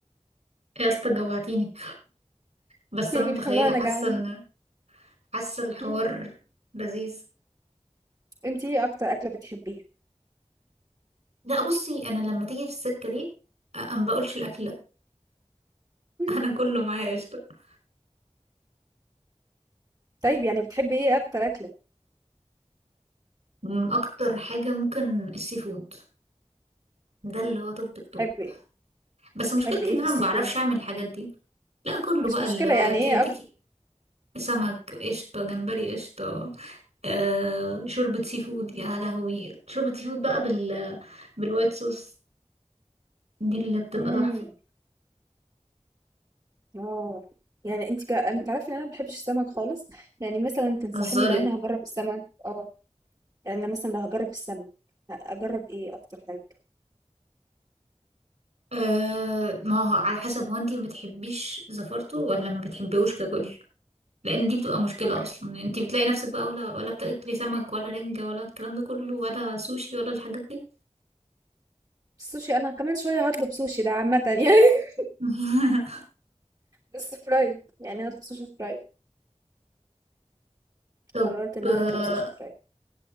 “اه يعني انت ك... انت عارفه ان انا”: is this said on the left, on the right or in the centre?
Right